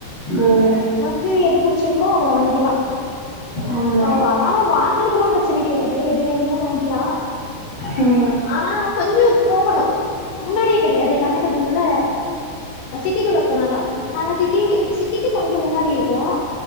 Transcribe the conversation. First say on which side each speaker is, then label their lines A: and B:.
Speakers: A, on the left; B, on the left.
A: உம்
B: து புடிச்சிருக்கோ அதுல வாங்கிக்கலாம்
A: ஆமா
B: ஓ அதனால வாங்கறதெல்லாம் பிரச்சனை கிடையாது எது வேணுமோ வாங்கிக்கலாம்
A: ம்
B: ஆனா கொஞ்சம் போகணும் முன்னாடியே கிடையாது எல்லாமே கொஞ்சம் உள்ள சிட்டிகுள்ள போனாதான் நாங்க சிட்டி சிட்டிக்கு கொஞ்சம் முன்னாடி இருக்கோம்